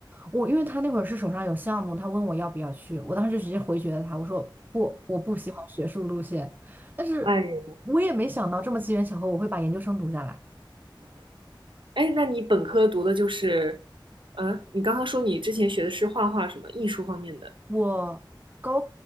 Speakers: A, on the right; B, on the right.
A: 我因为他那会儿是手上有项目，他问我要不要去，我当时就直接回绝了他，我说不，我不喜欢学术路线。但是我也没想到这么机缘巧合，
B: 哎呦，
A: 我会把研究生读下来。
B: 哎，那你本科读的就是，啊，你刚刚说你之前学的是画画什么艺术方面的？
A: 我高，